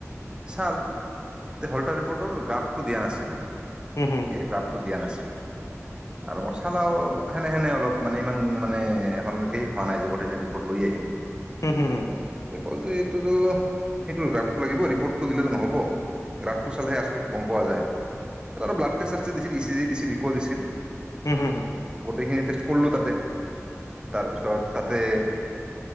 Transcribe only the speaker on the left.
হুম-হুম।
উম হুম হুম।
হম হুম হু।